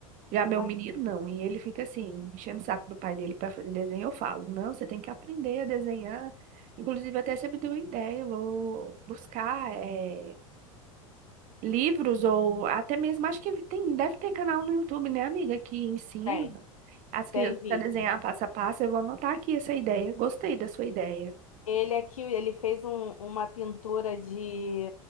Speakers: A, on the right; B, on the left.
A: Já meu menino
B: Aqui
A: não, e ele fica assim, enchendo o saco do pai dele para fazer desenho. Eu falo, não, você tem que aprender a desenhar. Inclusive, até sempre deu ideia, eu vou buscar eh, livros ou até mesmo, acho que tem, deve ter canal no YouTube, né, amiga, que ensina
B: tem,
A: as crianças
B: tem vídeo.
A: a desenhar passo a passo. Eu vou anotar aqui essa ideia. Gostei da sua ideia.
B: Ele aqui, ele fez um- uma pintura de.